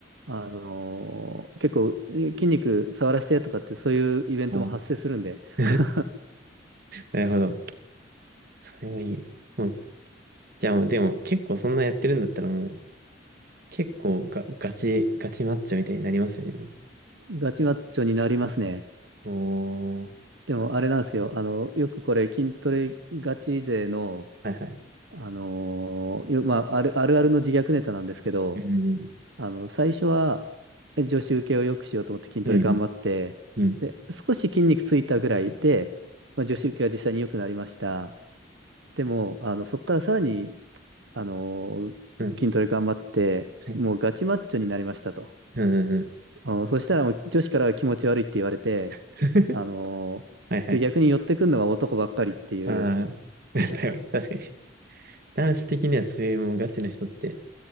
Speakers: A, on the right (about 80°); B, on the right (about 55°).
A: あのー結構え筋肉触らせてとかってそういうイベントも発生するんで
B: うん <laughs>
A: <laughs>
B: なるほど。それはいい。もう、じゃあもう、でも結構そんなやってるんだったらもう、結構が、ガチ、ガチマッチョみたいになりますよね。
A: ガチマッチョになりますね。
B: もうお
A: でもあれなんですよ。あの、よくこれ筋トレガチ勢の、
B: ー、はいはい。
A: あのーよまあ、ある、あるあるの自虐ネタなんですけど、
B: うん、
A: あの、最初はえ女子受けを良くしようと思って筋トレ頑張って、
B: うん、うん、うん、
A: で、少し筋肉ついたぐらいで、まあ、女子受けが実際に良くなりました。でも、あの、そこからさらにあのー筋トレ頑張って、
B: うん、うん、はい、
A: もうガチマッチョになりましたと。
B: うん、うん、うん。
A: あのそしたらもう女子からは気持ち悪いって言われて、
B: <laughs>
A: あのーで、
B: はいはい。
A: 逆に寄ってくるのが男ばっかりっていう、
B: ああ、<laughs> やっぱり確かに。男子的にはそういうもうガチな人って